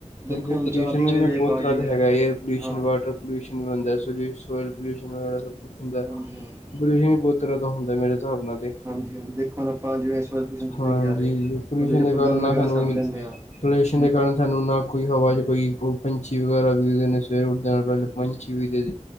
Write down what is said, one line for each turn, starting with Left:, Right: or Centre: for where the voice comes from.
Right: ਦੇਖੋ
Left: ਹੁਣ ਜੇ ਪੋਲਿਊਸ਼ਨ
Right: ਚਾਰ ਦੀ ਵਾਲੀ
Left: ਵੀ
Right: ਰੇਪ
Left: ਬਹੁਤ
Right: ਆ
Left: ਤਰ੍ਹਾਂ
Right: ਗਈ
Left: ਦਾ
Right: ਹੈ
Left: ਹੈਗਾ ਏਅਰ ਪੋਲਿਊਸ਼ਨ,
Right: ਹਾਂਜੀ
Left: ਵਾਟਰ ਪੋਲਿਊਸ਼ਨ ਵੀ ਬਣਦਾ ਸੋ ਆਇਲ ਪੋਲਿਊਸ਼ਨ ਵਗੈਰਾ ਸਭ ਕੁਝ ਹੁੰਦਾ ਐ,
Right: ਹਾਂਜੀ ਹਾਂਜੀ
Left: ਪੋਲਿਊਸ਼ਨ ਵੀ ਬਹੁਤ ਤਹਾਂ ਦਾਂ ਹੁੰਦਾ ਮੇਰੇ ਹਿਸਾਬ ਨਾਲ ਤੇ,
Right: ਹਾਂਜੀ ਹਾਂਜੀ ਦੇਖੋ ਹੁਣ ਆਪਾਂ ਜਿਵੇਂ ਇਸ ਵਾਰ ਪੁਸ਼ਨ ਤੁਸੀਂ
Left: ਹਾਂਜੀ
Right: ਕਿਹਾ ਵੇ
Left: ਪੋਲਿਊਸ਼ਨ
Right: ਉਹਦੇ ਚ ਆਪਾਂ
Left: ਦੇ ਕਾਰਨ
Right: ਗੰਦ
Left: ਨਾ
Right: ਵਗੈਰਾ
Left: ਸਾਨੂੰ
Right: ਸੱਟ
Left: ਕੋਈ,
Right: ਦਿੰਦੇ ਹਾਂ
Left: ਪੋਲਿਊਸ਼ਨ
Right: ਜਿਵੇਂ
Left: ਦੇ ਕਾਰਨ ਸਾਨੂੰ ਨਾ ਕੋਈ ਹਵਾ
Right: ਹਾਂਜੀ
Left: ਚ ਕੋਈ ਪੰਛੀ ਵਗੈਰਾ ਵਿਖਦੇ ਨੇ ਸਵੇਰੇ ਉੱਠਦੇ
Right: ਹਾਂਜੀ
Left: ਨਾਲ
Right: ਹਾਂਜੀ
Left: ਪਹਿ ਪੰਛੀ ਵਿਕਦੇ ਸੀ,